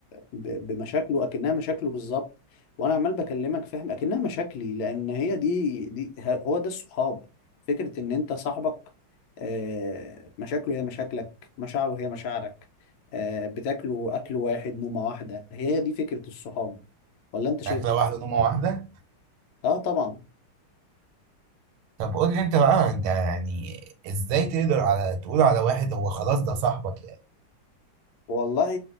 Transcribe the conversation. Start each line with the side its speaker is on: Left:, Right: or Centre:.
Left: ب... بمشاكله اكنها مشاكله بالظبط وانا عمال بكلمك فاهم اكنها مشاكلي لان هي دي دي ه- هو ده الصحاب فكره ان انت صاحبك آه، مشاكله هي مشاكلك مشاعره هي مشاعرك آه، بتاكلوا اكل واحد نومه واحده هي دي فكره الصحاب ولا انت شايف
Right: عارف لو
Left: ايه
Right: واحدة نومة واحدة
Left: اه طبعا
Right: طب قول لي انت بقى انت يعني ازاي تقدر على تقول على واحد هو خلاص ده صاحبك يعني
Left: والله